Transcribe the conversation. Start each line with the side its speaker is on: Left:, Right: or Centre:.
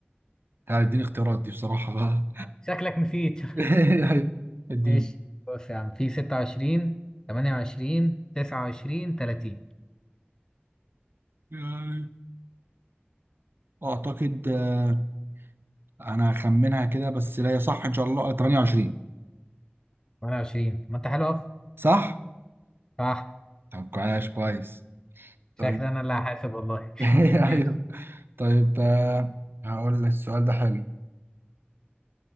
Right: هيديني اختيارات دي بصراحة بقى
Left: آه، شكلك نسيت
Right: <laughs>
Left: <laughs>
Right: الدين
Left: ايش بص يا عم في 26 28 29 30
Right: يعني أعتقد آه، أنا هخمنها كده بس لا هي صح إن شاء الله 28
Left: 28 ما انت حلو اهو
Right: صح؟
Left: صح
Right: طب كويس كويس
Left: شكلي
Right: طيب
Left: انا اللي هحاسب والله
Right: <laughs>
Left: <laughs> ماشي
Right: ايوه طيب آه، هقول لك السؤال ده حلو